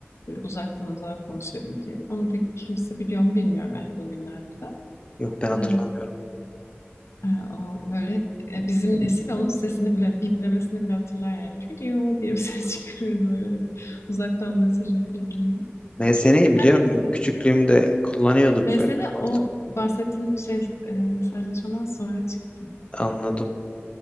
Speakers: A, on the left (about 80°); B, on the left (about 25°).
A: Böyle uzaktan uzağa konuşabildiği. Onu pek kimse biliyor mu bilmiyorum yani bugünlerde.
B: <laughs> Yok ben hatırlamıyorum.
A: Ee, e, o böyle e, bizim nesil onun sesini bile biplemesini bile hatırlar yani. video diye bir ses <laughs> çıkarırdı böyle uzaktan mesaj atıldığında.
B: MSN'yi biliyorum.
A: Her neyse.
B: Küçüklüğümde kullanıyorduk.
A: Mesele
B: be. Artık
A: o bahsettiğim şey e, mesajlaşmadan sonra çıktı.
B: anladım.